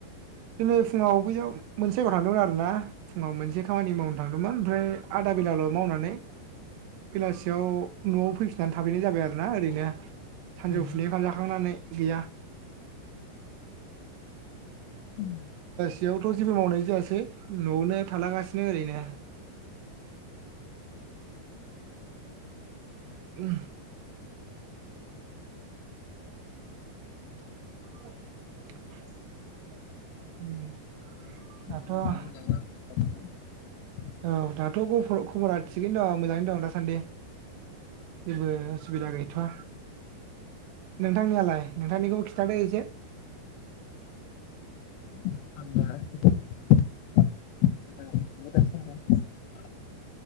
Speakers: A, on the right; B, on the left.
A: दिनै फुङाव बैयाव मोनसे जायगायाव थांदोंमोन आरोना। फुङाव मोनसे खामानि मावनो थाङो मोन ओमफ्राय आदा बेलाल' मावनानै बेलासियाव न'आव फैफिन ना थाफैनाय जाबाय आरोना ओरैनो।
B: उम
A: सानजौफुनि ओंखाम जाखांनानै गैया
B: उम
A: बेयावथ' जेबो मावनाय जायासै। न'आवनो थाला गासिनो ओरैनो उम उम दा थ'
B: खबरफ्रा मोजां <unintelligible>
A: औ दाथ' खब-खबरा थिगैनो दं मोजाङैनो दं दासान्दि। बेबो सुबिदा गैथ'आ नोंथांनियालाय नोंथांनिखौबो खिन्थादो एसे
B: <inaudible> <unintelligible>